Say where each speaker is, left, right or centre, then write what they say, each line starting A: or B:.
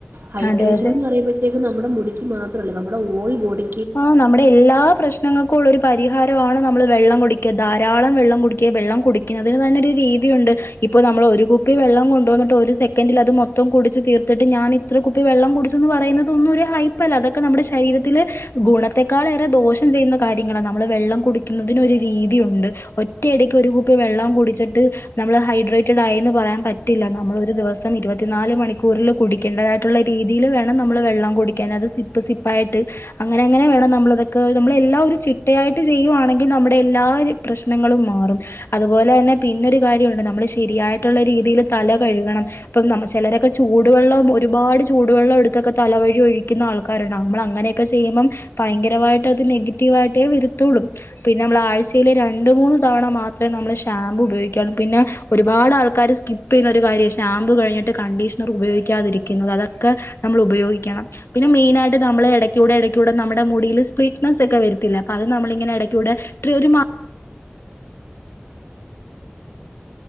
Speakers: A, on the right; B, on the left.
A: ഹൈഡ്രേഷൻന്ന്
B: അതെ അതെ
A: പറയുമ്പോഴത്തേക്ക് നമ്മുടെ മുടിക്ക് മാത്രല്ല നമ്മുടെ ഓൾ ബോഡി
B: ആഹ് നമ്മുടെ എല്ലാ പ്രശ്നങ്ങൾക്കും ഉള്ള ഒരു പ പരിഹാരമാണ് നമ്മൾ വെള്ളം കുടിക്കുക ധാരാളം വെള്ളം കുടിക്കുക വെള്ളം കുടിക്കുന്നതിന് തന്നെ ഒരു രീതിയുണ്ട് ഇപ്പൊ നമ്മൾ ഒരു കുപ്പി വെള്ളം കൊണ്ട് വന്നിട്ട് ഒരു സെക്കൻഡിൽ അത് മൊത്തം കുടിച്ച് തീർത്തിട്ട് ഞാന് ഇത്ര കുപ്പി വെള്ളം കുടിച്ചുന്ന് പറയുന്നത് ഒന്നും ഒരു ഹൈപ്പല്ല അതൊക്കെ നമ്മുടെ ശരീരത്തില് ഗുണത്തെക്കാളേറെ ദോഷം ചെയ്യുന്ന കാര്യങ്ങളാണ് നമ്മൾ വെള്ളം കുടിക്കുന്നതിനൊരു രീതിയുണ്ട് ഒറ്റയടിക്ക് ഒരു കുപ്പി വെള്ളം കുടിച്ചിട്ട് നമ്മള് ഹൈഡ്രേറ്റഡ് ആയി എന്ന് പറയാൻ പറ്റില്ല നമ്മൾ ഒരു ദിവസം ഇരുപത്തിനാല് മണിക്കൂറിൽ കുടിക്കേണ്ടതായിട്ട് ഉള്ള രീതില് വേണം നമ്മള് വെള്ളം കുടിക്കാൻ അത് സിപ്പ് സിപ്പായിട്ട് അങ്ങനെ അങ്ങനെ വേണം നമ്മളതൊക്കെ നമ്മള് എല്ലാം ഒരു ചിട്ടയായിട്ട് ചെയ്യുവാണെങ്കിൽ നമ്മുടെ എല്ലാപ്രശ്ന ങ്ങളും മാറും അതുപോലെ തന്നെ പിന്നൊരു കാര്യണ്ട് നമ്മള് ശരിയായിട്ടുള്ള രീതിയിൽ തല കഴുകണം ഇപ്പം നമ്മ ചിലരൊക്കെ ചൂടുവെള്ളം ഒരുപാട് ചൂടുവെള്ളം എടുത്തൊക്കെ തലവഴി ഒഴിക്കുന്ന ആൾക്കാരുണ്ട് നമ്മൾ അങ്ങനെെ ക്കെ ചെയ്യുമ്പോ ഭയങ്കരമായിട്ട് അത് നെഗറ്റീവായിട്ടേ വരുത്തുള്ളൂ പിന്നെ നമ്മള് ആഴ്ചയില് രണ്ട് മൂന്ന് തവണ മാത്രമേ നമ്മള് ഷാമ്പൂ ഉപയോഗിക്കാവൂ പിന്നെ ഒരുപാട് ആൾക്കാര് സ്കിപ്പ് ചെയ്യുന്നൊരു കാര്യമാണ് ഷാമ്പ് കഴിഞ്ഞിട്ട് കണ്ടീഷണർ ഉപയോഗിക്കാതിരിക്കുന്നത് അതൊക്കെ നമ്മൾ ഉപയോഗിക്കണം പിന്നെ മെയിനായിട്ട് നമ്മള് ക്കുടെ എടേക്കൂടെ നമ്മുടെ മുടില് സ്പ്ലീറ്റനെസ് ഒക്കെ വരത്തില്ലെ അപ്പോ അത് നമ്മളിങ്ങനെ എടാകൂടെ ട്രി